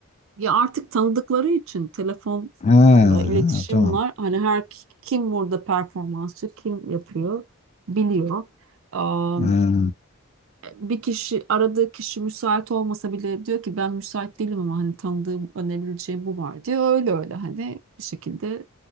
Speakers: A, on the right (about 65°); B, on the left (about 30°).
A: Ya artık tanıdıkları için telefonda
B: Ha,
A: iletişim
B: ha tamam.
A: var. Hani her kim burada performansçı, kim yapıyor biliyor. Aa,
B: Ha.
A: bir kişi aradığı kişi müsait olmasa bile diyor ki ben müsait değilim ama hani tanıdığım önebileceğim bu var diyor. Öyle öyle hani bir şekilde